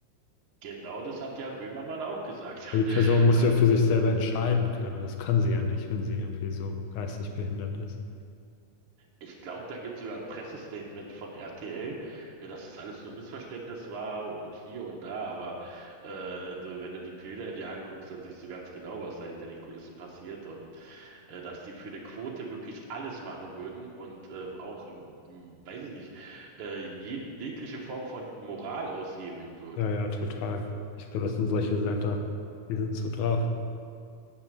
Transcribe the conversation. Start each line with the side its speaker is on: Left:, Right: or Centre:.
Right: Genau das hat Jan Böhmermann auch gesagt. <laughs>
Left: Weil die Person muss
Right: Also
Left: ja für sich selber entscheiden können. Das kann sie ja nicht, wenn sie irgendwie so geistig behindert ist.
Right: ich glaube, da gibt es sogar ein Pressestatement von RTL, äh, dass das alles nur Missverständnis war und hier und da, aber äh, du, wenn du die Bilder dir anguckst, dann siehst du ganz genau, was da hinter den Kulissen passiert und äh, dass die für eine Quote wirklich alles machen würden und ähm, auch, ähm, hm, weiß ich nicht, äh, jeg- jegliche Form von Moral aushebeln würden.
Left: Ja, ja, total. Ich glaube, das sind solche Setter, die sind so drauf.